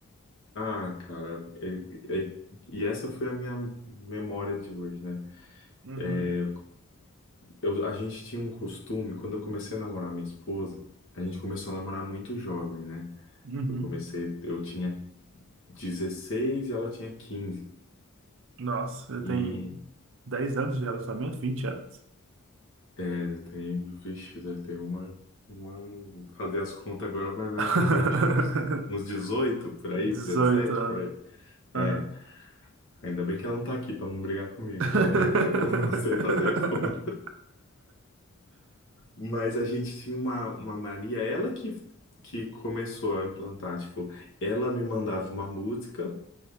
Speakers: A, on the left; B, on the right.
A: Ah, cara, e, e- e essa foi a minha memória de hoje, né?
B: Uhum.
A: É, eu, a gente tinha um costume, quando eu comecei a namorar minha esposa, a gente começou a namorar muito jovem, né?
B: Uhum.
A: Eu comecei, eu tinha 16 e ela tinha 15.
B: Nossa, eu
A: E
B: tenho 10 anos de relacionamento, vinte anos.
A: é, tem, vixe, né, tem uma, uma, fazer as contas agora, mas vai
B: <laughs>
A: fazer, eu acho que uns, uns 18, por aí,
B: 18
A: 17
B: anos.
A: por aí. É,
B: Aham.
A: ainda bem que ela não tá aqui pra não brigar comigo,
B: <laughs>
A: que eu não, não <laughs> sei fazer a conta. Mas a gente tinha uma, uma mania, ela que, que começou a implantar, tipo, ela me mandava uma música